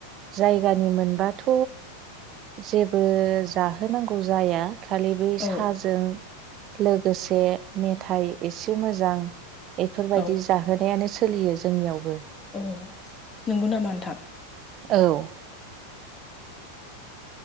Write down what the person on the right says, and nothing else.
जायगानि मोन बाथ' जेबो जाहोनांगौ जाया खालि बै
साजों लोगोसे मेथाइ एसे मोजां बेफोरबायदि
जाहोनायानो सोलियो जोंनियावबो।
औ।